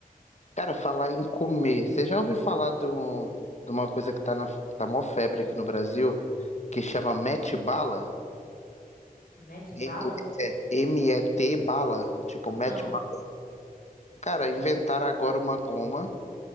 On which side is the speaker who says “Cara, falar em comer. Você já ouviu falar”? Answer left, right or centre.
Left